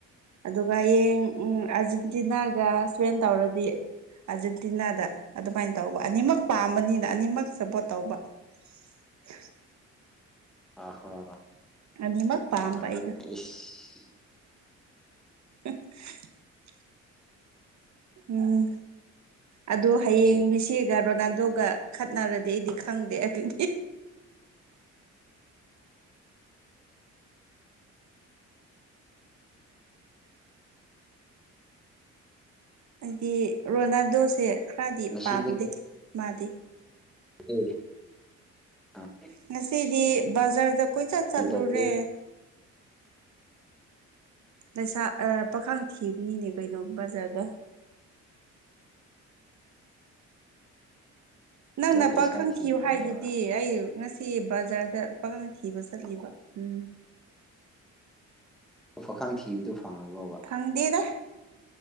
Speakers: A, on the right (about 65°); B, in the centre.
A: ꯑꯗꯨꯒ ꯍꯌꯦꯡ ꯎ ꯑꯥꯔꯖꯦꯟꯇꯤꯅꯥꯒ ꯁꯋꯦꯟ ꯇꯧꯔꯗꯤ ꯑꯥꯔꯖꯦꯟꯇꯤꯅꯥꯗ ꯑꯗꯨꯃꯥꯏꯅ ꯇꯧꯕ ꯑꯅꯤꯃꯛ ꯄꯥꯝꯕꯅꯤꯅ ꯑꯅꯤꯃꯛ ꯁꯞꯄꯣꯔꯠ ꯇꯧꯕ <inaudible>
B: ꯑꯍꯣ
A: ꯑꯅꯤꯃꯛ꯫ ꯄꯥꯝꯕ
B: <unintelligible>
A: ꯑꯩꯗꯣ <unintelligible> ꯎꯝ ꯑꯗꯣ ꯍꯌꯦꯡꯕꯤꯁꯦ
B: ꯁꯦ
A: ꯔꯣꯅꯥꯜꯗꯣꯒ ꯈꯠꯅꯔꯗꯤ ꯑꯩꯗꯤ ꯈꯪꯗꯦ ꯑꯗꯨꯗꯤ ꯍꯥꯏꯗꯤ ꯔꯣꯅꯥꯜꯗꯣꯁꯦ ꯈꯔꯗꯤ
B: ꯉꯁꯤꯗꯤ
A: ꯄꯥꯝꯗꯦ ꯃꯥꯗꯤ꯫
B: ꯍꯣꯏ ꯑꯥ
A: ꯉꯁꯤꯗꯤ ꯕꯖꯥꯔꯗ ꯀꯣꯏꯆꯠ ꯆꯠꯂꯨꯔꯦ
B: ꯀꯔꯤ ꯇꯧꯒꯦ
A: ꯂꯩꯁꯥ ꯑꯥ ꯄꯥꯈꯥꯡ ꯊꯤꯕꯅꯤꯅꯦ ꯀꯩꯅꯣ ꯕꯖꯥꯔꯗ ꯅꯪꯅ
B: ꯄꯩꯁꯥ
A: ꯄꯥꯈꯪ
B: ꯊꯤꯕꯅꯦꯕ
A: ꯊꯤꯌꯨ ꯍꯥꯏꯗꯨꯗꯤ ꯑꯩ ꯉꯁꯤ ꯕꯖꯥꯔꯗ ꯄꯈꯪ ꯊꯤꯕ ꯆꯠꯂꯤꯕ ꯎꯝ
B: ꯑꯣ ꯄꯈꯪ ꯊꯤꯕꯗꯨꯣ ꯐꯪꯉꯕ꯭ꯔꯣꯕ
A: ꯐꯪꯗꯦꯗ